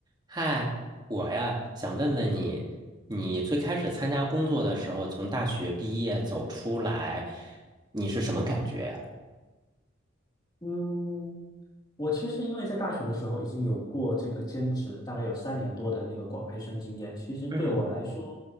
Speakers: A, on the right; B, on the left.
A: 嗨，我呀，想问问你，你最开始参加工作的时候，从大学毕业走出来，你是什么感觉呀？
B: 嗯，我其实因为在大学的时候已经有过这个兼职，大概有三年多的那个广培生经验。其实对我来说，
A: 嗯